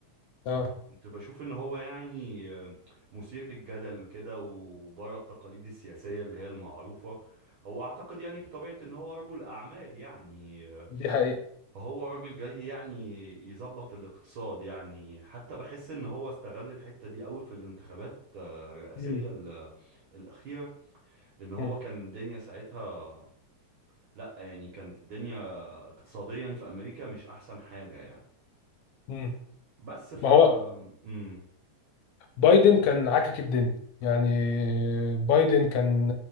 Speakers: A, on the left; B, on the right.
A: اه
B: كنت بشوف ان هو يعني آه، مثير للجدل كده وبره التقاليد السياسية اللي هي المعروفة هو اعتقد يعني بطبيعة ان هو رجل اعمال يعني آه،
A: دي حقيقه
B: فهو راجل جاي يعني يظبط الاقتصاد يعني حتى بحس ان هو استغل الحتة دي قوي في الانتخابات آه، الرئاسية
A: مم.
B: ال- الأخيرة لان هو
A: مم.
B: كان الدنيا ساعتها لا يعني كانت الدنيا اقتصاديا في امريكا مش احسن حاجة يعني
A: مم.
B: بس ف
A: ما هو
B: امم
A: بايدن كان عاكك الدنيا يعني بايدن كان